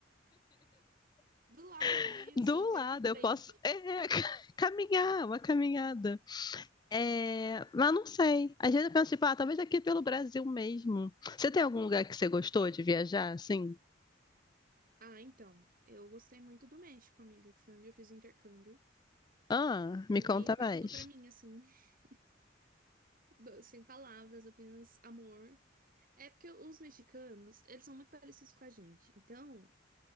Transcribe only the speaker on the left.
<laughs>
Do
lado,
eu posso, é, <laughs> caminhar, uma caminhada. É, mas não sei. Às vezes eu penso, tipo, ah, talvez aqui é pelo Brasil mesmo. Você tem algum lugar que você gostou de viajar, assim?
Ah, me
conta
mais.